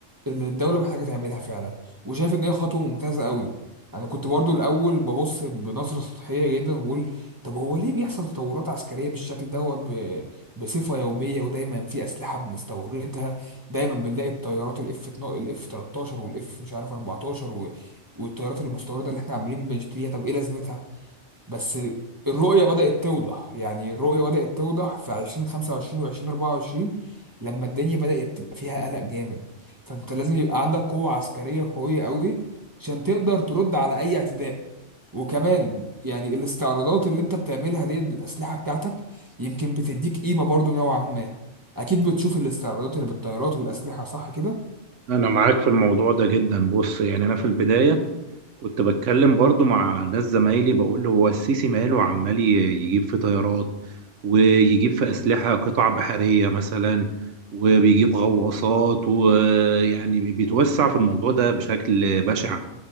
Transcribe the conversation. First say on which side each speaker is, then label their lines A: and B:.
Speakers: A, on the right; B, on the right.
A: اللي الدولة محتاجة تعملها فعلا وشايف ان هي خطوه ممتازه قوي انا كنت برضو الاول ببص بنظره سطحيه جدا وبقول طب هو ليه بيحصل تطورات عسكريه بالشكل دوت ب- بصفه يوميه ودايما في اسلحه بنستوردها دايما بنلاقي الطيارات الاف الاف 13 والاف مش عارف 14 و... والطيارات المستورده اللي احنا عاملين بنشتريها طب ايه لازمتها بس الرؤية بدأت توضح يعني الرؤية بدأت توضح في 2025 و 2024 لما الدنيا بدأت تبقى فيها قلق جامد فأنت لازم يبقى عندك قوة عسكرية قوية قوي عشان تقدر ترد على أي اعتداء وكمان يعني الاستعراضات اللي انت بتعملها دي بالأسلحة بتاعتك يمكن بتديك قيمة برضو نوعا ما أكيد بتشوف الاستعراضات اللي بالطيارات والأسلحة صح كده؟
B: انا معاك في الموضوع ده جدا بص يعني انا في البدايه كنت بتكلم برضو مع ناس زمايلي بقول له هو السيسي ماله عمال ي- يجيب في طيارات ويجيب في اسلحه قطع بحريه مثلا وبيجيب غواصات ويعني بيتوسع في الموضوع ده بشكل بشع